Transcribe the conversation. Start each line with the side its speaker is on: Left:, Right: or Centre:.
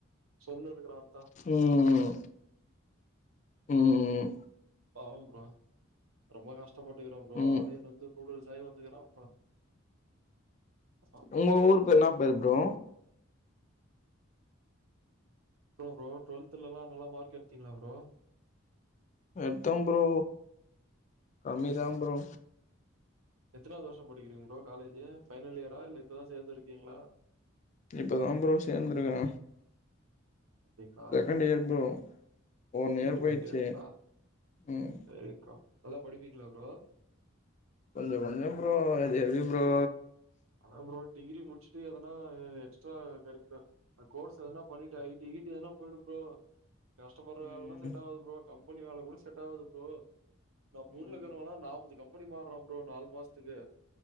Right: சொல்னு இருக்குறா ஆத்தா
Left: ம் ம்
Right: பாவோ ப்ரோ ரொம்போ கஷ்டபட் ருக்றா ப்ரோ
Left: ம்
Right: ஆளே நொந்து நூடுல்ஸ் ஆயி வந்துக்றாப்பா ஆமா
Left: உங்க ஊருக்கு என்னா பேரு ப்ரோ
Right: அப்றோ ப்ரோ டுவல்த்துலலா நல்லமார்க் எடுத்தீங்களா ப்ரோ
Left: எட்த்த ப்ரோ கம்மி தா ப்ரோ
Right: எத்தனாவ்து வருசோ படிக்கிறீங்க ப்ரோ காலேஜ்ஜு பைனல் இயரா இல்ல இப்பதா சேந்து இருக்கீங்ளா
Left: இப்பதா ப்ரோ சேந்த்ருகே
Right: அப்டிங்களா?
Left: Second year bro one year
Right: second
Left: போயிடுச்சு
Right: இயருங்ளா
Left: ம்
Right: <unintelligible> நல்லா படிப்பீங்களா ப்ரோ
Left: கொஞ்சோ கொஞ்சோ ப்ரோ எது ப்ரோ
Right: ஆனா ப்ரோ டிகிரி முட்ச்சுட்டு எதனா எக்ஸ்ட்ரா கரிக்குலர் அ கோஸ் எதனா பண்ணிட்டு ஐ டி கிய் டி எதனா போய்டு ப்ரோ கஷ்டபடுற
Left: ம்
Right: வேலல்லா செட் ஆவாது ப்ரோ கம்பெனி வேல கூட செட் ஆவாது ப்ரோ நம் ஊர்லகிறவல்லா
Left: ம்
Right: நாப்பது கம்பெனி மாற்ரா ப்ரோ நாலு மாசத்துக்கு